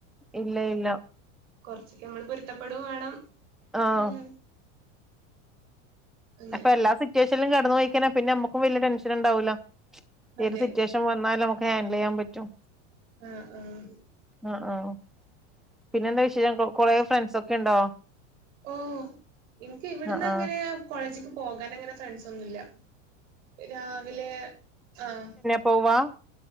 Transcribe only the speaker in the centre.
ഇല്ല ഇല്ല
ആഹ്
അപ്പൊ എല്ലാ സിറ്റുവേഷനും കടന്ന്പോയികയ്ഞ പിന്നെ നമ്മുകും വല്യ ടെൻഷൻ ഉണ്ടാവൂല്ല
ഏത് സിറ്റുവേഷൻ വന്നാലും നമുക്ക് ഹാൻഡിൽ ചെയ്യാൻ പറ്റും
ആ ആഹ് പിന്നെ എന്താ വിശേഷം കൊറെ ഫ്രണ്ട്സ് ഒക്കെ ഉണ്ടോ
ആഹ്
ആഹ്
പോവാം